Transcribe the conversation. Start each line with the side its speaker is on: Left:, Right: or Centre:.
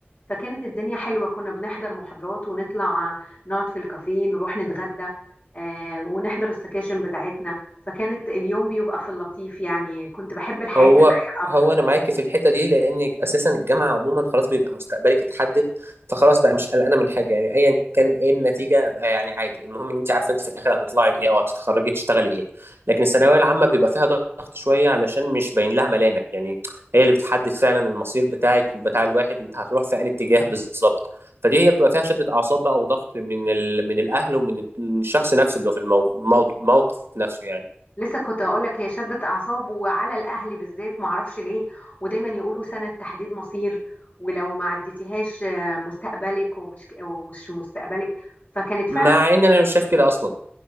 Left: فكانت الدنيا حلوه كنا بنحضر محاضرات ونطلع نقعد في الكافيه نروح نتغدى آه، ونحضر السكاشن بتاعتنا فكانت اليوم بيبقى في اللطيف يعني كنت بحب الحياه
Right: هو
Left: الجامعيه اكتر
Right: هو انا معاك في الحته دي لان اساسا الجامعه عموما خلاص بيبقى مستقبلك اتحدد فخلاص بقى مش قلقانه من حاجه يعني ايا كان ايه النتيجه آه، يعني عادي المهم ان انت عارفه انت في الاخر هتطلعي ايه او هتتخرجي تشتغلي ايه لكن الثانويه العامه بيبقى فيها ضغط شويه علشان مش باين لها ملامح يعني هي اللي بتحدد فعلا المصير بتاعك بتاع الواحد انت هتروح في انهي اتجاه بالظبط فدي هي بتبقى فيها شده اعصاب بقى وضغط من ال... من الاهل ومن الشخص نفسه اللي هو في المو... الموض- الموقف نفسه يعني
Left: لسه كنت اقول لك هي شدت اعصاب وعلى الاهل بالذات معرفش ليه ودايما يقولوا سنه تحديد مصير ولو ما عديتيهاش آه، مستقبلك ومش ومش مستقبلك فكانت فعلا
Right: مع ان انا مش شايف كده اصلا